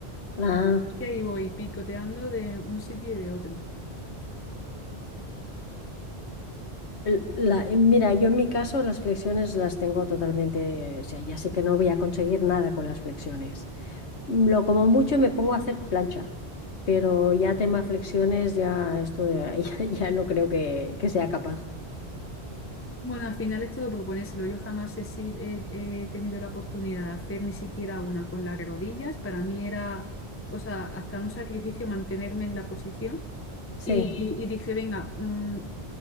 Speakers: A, on the left; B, on the left.
A: Ah,
B: Y ahí voy picoteando de un sitio y de otro.
A: el- la- eh, mira, yo en mi caso las flexiones las tengo totalmente, o sea, ya sé que no voy a conseguir nada con las flexiones. Lo como mucho me pongo a hacer plancha, pero ya tema flexiones, ya esto ya, <laughs> ya- ya no creo que, que sea capaz.
B: Bueno, al final es todo proponérselo. Yo jamás he, si- he- he tenido la oportunidad de hacer ni siquiera una con las rodillas. Para mí era, o sea, hasta un sacrificio mantenerme en la posición.
A: Sí,
B: Y, y dije, venga, mm,